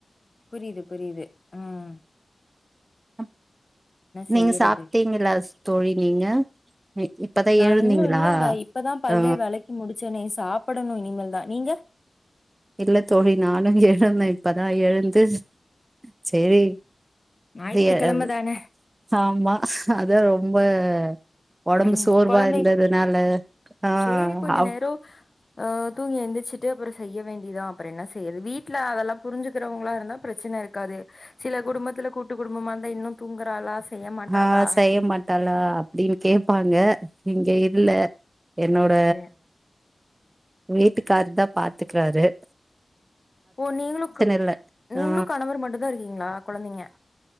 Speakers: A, on the left; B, on the right.
A: புரியுது புரியுது உம்
B: அம் நீங்க
A: செய்யறது?
B: சாப்டீங்களா தோழி நீங்க இ இப்பதா
A: நா
B: எழுந்தீங்களா
A: இன்னு இல்லேங்க இப்பதா பல்லே
B: ஆ
A: வேளக்கி முடி செனே சாப்பிடணு இனிமேல் தா நீங்க
B: இல்ல தோழி நானு எழுந்தேன் இப்பதா எழுந்து சேரி
A: ஞாயித்துக்கிழம
B: வெய்ய வ்
A: தான
B: ஆமா அதா ரொம்ப ப ஒடம்பு
A: ம்
B: சோர்வா
A: கொழந்தை
B: இருந்ததுனால ஆ
A: சேரி கொஞ்ச
B: அவ்
A: நேரோ அ தூங்கி எந்துரிச்சு அப்புற செய்ய வேண்டிதா அப்புற என்ன செய்யற் வீட்ல அதல்லா புரிஞ்சுக்குறங்ளா இருந்தா பிரச்சன இருக்காதே சில குடும்பத்துல கூட்டு குடும்பமான் அ இன்னு தூங்குறாளா செய்ய மாட்டாளா
B: அ செய்ய
A: அப்டின்
B: மாட்டாளா அப்டீன் கேப்பாங்க இங்க இல்ல என்னோட
A: அப்டி
B: வீட்டுக்காரு தா பாத்துக்றாரு
A: ஓ நீங்களு
B: இல்ல
A: நீங்களு
B: ஆ
A: கணவர் மட்டு தா இருக்கீங்ளா கொழந்தைங்க